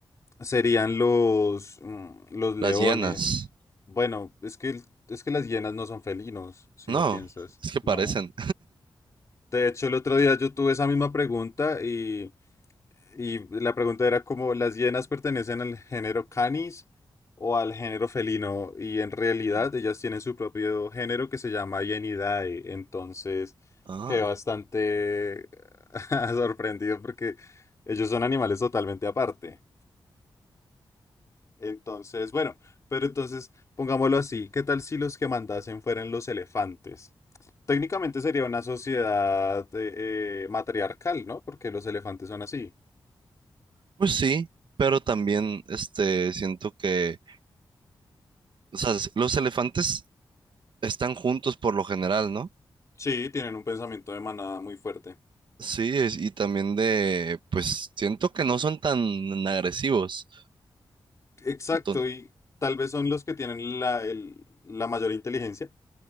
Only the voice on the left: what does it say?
serían los, mm, los leones.
Bueno, es que, es que las hienas no son felinos, si
lo piensas.
No. De hecho, el otro día yo tuve esa misma pregunta y y la pregunta era como, ¿las hienas pertenecen al género Canis o al género felino? Y en realidad
ellas tienen su propio género que se llama Hienidae. Entonces,
quedé bastante <laughs> sorprendido porque ellos son animales totalmente aparte. Entonces, bueno, pero entonces pongámoslo así, ¿qué tal si los que mandasen fueran los elefantes? Técnicamente sería una sociedad eh, eh, matriarcal, ¿no? Porque los elefantes son así.
Sí, tienen un pensamiento de manada muy fuerte.
Exacto,
y tal vez son los que tienen la, el- la mayor inteligencia.